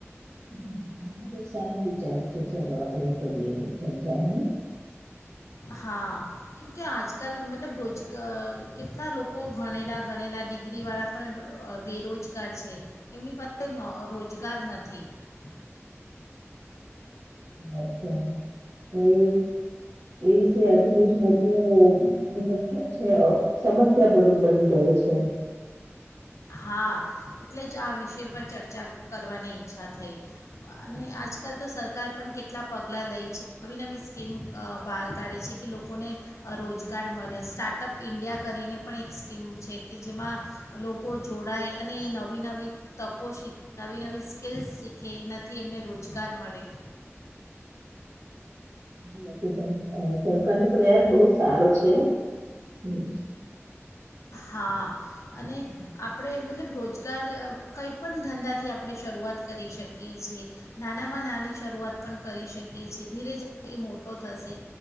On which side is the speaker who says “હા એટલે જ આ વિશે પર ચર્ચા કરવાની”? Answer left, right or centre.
Left